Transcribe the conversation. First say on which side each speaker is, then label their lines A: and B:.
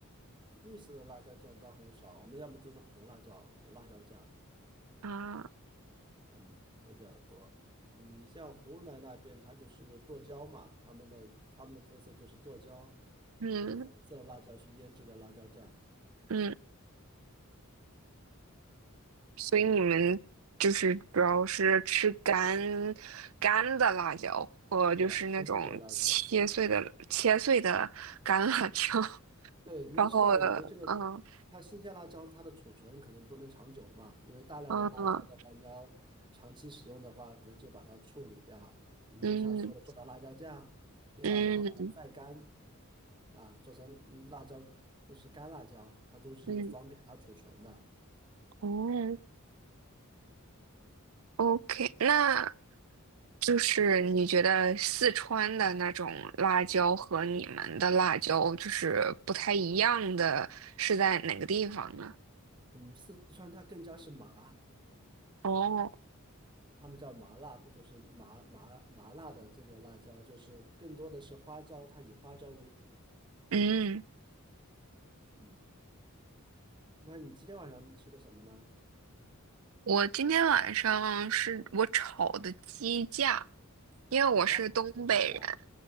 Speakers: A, on the right (about 20°); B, on the right (about 70°).
A: 绿色的辣椒酱倒很少，我们要么就是红辣椒，红辣椒酱，
B: 啊？
A: 嗯，会比较多。你像湖南那边，它就是剁椒嘛，他们的他们的特色就是剁椒，
B: 嗯
A: 用红色的辣椒去腌制的辣椒酱，
B: 嗯，所以你们就是主要是吃干
A: 对，
B: 干的辣椒，或就是那种切碎的切碎的干辣椒，
A: 啊，不是卷辣椒，对，
B: <laughs>
A: 你要知道，
B: 然后
A: 有的这个它新鲜辣椒，
B: 嗯
A: 它的储存可能不能长久嘛，因为大量的辣椒的话，
B: 嗯
A: 你要长期使用的话，可能就把它处理掉。你就像说的，
B: 嗯
A: 做到辣椒酱，对吧？
B: 嗯
A: 然后把它晒干，啊，做成辣椒，就是干辣椒，它都是方便它储存的。
B: 嗯哦，OK，
A: 嗯，
B: 那就是你觉得四川的那种辣椒和你们的辣椒就是不太一样的是在哪个地方呢？
A: 嗯四川它更加是麻，
B: 哦，
A: 他们叫麻辣，就是麻麻麻辣的这个辣椒，就是更多的是花椒，它以花椒为主。
B: 嗯。
A: 嗯。那你今天晚上吃的什么呢？
B: 我今天晚上是我炒的鸡架，因为我是东北人。
A: 哦，烤鸡架，